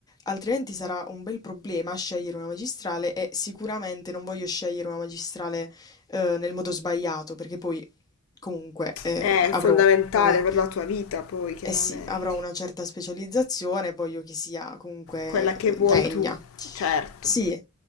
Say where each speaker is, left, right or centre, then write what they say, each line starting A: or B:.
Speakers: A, on the left; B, on the left.
A: Altrimenti sarà un bel problema scegliere una magistrale e sicuramente non voglio scegliere una magistrale eh, nel modo sbagliato, perché poi comunque eh,
B: è
A: avrò
B: fondamentale
A: una,
B: per la tua vita poi chiaramente.
A: eh sì, avrò una certa specializzazione e voglio che sia comunque
B: Quella
A: eh,
B: che vuoi
A: degna.
B: tu, certo.
A: Sì.